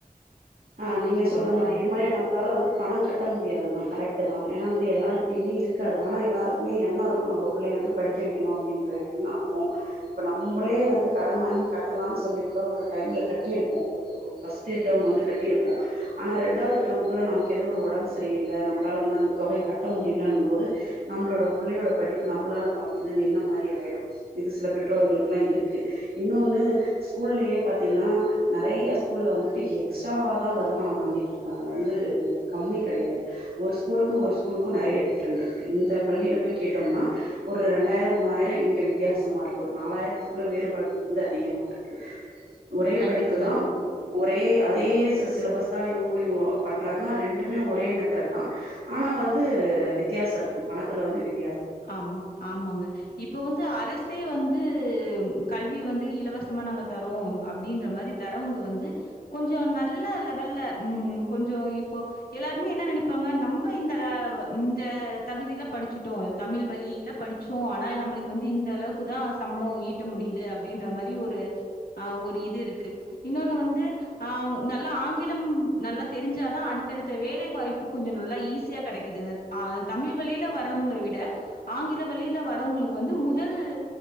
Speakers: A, on the right (about 80°); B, on the left (about 80°).
A: ஆ
B: ஓ!
A: நீங்க
B: சரிங்க,
A: சொல்ற
B: சரிங்க.
A: மாரி எம்மா நம்ளால வந்து பணோ கட்ட முடியாது தா கரெக்ட் தா ஏனா வந்து எல்லாருகிட்டயுமே இருக்காது ஆனா எல்லாருக்குமே எண்ணோ இருக் நம்போ பிள்ளைய வந்து படிக்க வைக்கணு அப்படின்ற எண்ணோ இருக்கு இப்ப நம்ளே வந்து கடன் வாங்கி கட்டலான் சொல்லி கூட ஒரு டைம்ல கட்டி இருப்போ ஒரு ஒ ஃபஸ்ட்டு டெம் வந்து கட்டியிருப்போ ஆனா ரெண்டாவது டெர்ம்க்குள்ள நமக்கு ஏதோ ஒரு ஒடம்பு சரியில்ல நம்ளால வந்து அந்த தொகை கட்ட முடியலன்னும் போது நம்ளோட பிள்ளையோட படிப்பு நம்ளால பாத்தீங்ன்னா நின்ன மாரி ஆயிடு இது சில பெற்றோர்களுக்லா இருக்கு இன்னொன்னு ஸ்கூல்லேயே பாத்தீங்ன்னா நெறைய ஸ்கூல்ல வந்துட்டு எக்ஸ்ட்ராவா தா வருமானோ வாங்கிட் இரு க்றாங்க வந்து கம்மி கெடயாது ஒரு ஸ்கூலுக்கு ஒரு ஸ்கூலுக்கு நெறய டிஃப்ரெண்ட் இருக்கு இந்த பள்ளியில போய் கேட்டோம்னா ஒரு இரண்டாயிரோ மூணாயிரோ இங்க வித்தியாசமா இருக்கு ஒரு நாலாயிரத்துக்குள்ள வேறுபாடுகள் வந்து அதிகமா இருக் ஒரே
B: கண்டிப்பா,
A: படிப்புதா
B: கண்டிப்பா.
A: ஒரே அதே சி சிலபஸ் தா இவங்களு பண்றாங்க ரெண்டுமே ஒரே மெத்தட் தா ஆனா வந்து வித்தியாசோ இருக்கு பணத்துல வந்து வித்
B: ஆமா ஆமாங்க இப்போ வந்து அரசே வந்து கல்விய வந்து இலவசமா நாங்க தரோ அப்டின்ற மாரி தரவங்க வந்து கொஞ்சோ நல்ல லெவல்ல ம் கொஞ்சோ இப்போ எல்லாருமே என்ன நெனைப்பாங்க நம்ப இந்த இந்த தகுதியில படிச்சுட்டோ தமிழ் வழியில படிச்சோ ஆனா நம்ளுக்கு வந்து இந்த அளவுக்கு தா சம்பளோ ஈட்ட முடியுது அப்படின்ற மாரி ஒரு ஆ ஒரு இது இருக்கு இன்னொன்னு வந்து ஆ நல்லா ஆங்கிலம் நல்லா தெரிஞ்சாதா அடுத்தடுத்த வேலை வாய்ப்பு கொஞ்சோ நல்லா ஈஸியா கெடைக்குது நேத் ஆ தமிழ் வழியில வரவங்கள விட ஆங்கில வழியில வரவங்களுக்கு வந்து முதல்